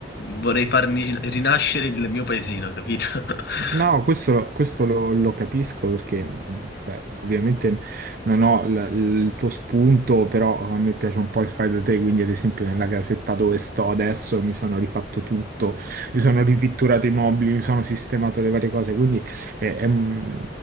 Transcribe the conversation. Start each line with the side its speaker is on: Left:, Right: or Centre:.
Left: vorrei farmi rinascere il mio paesino, capito? <laughs>
Right: No, questo, lo, questo lo- lo capisco perché, beh, ovviamente non ho l- il tuo spunto, però a me piace un po' il fai da te, quindi ad esempio nella casetta dove sto adesso mi sono rifatto tutto, mi sono ripitturato i mobili, mi sono sistemato le varie cose, quindi è, è un-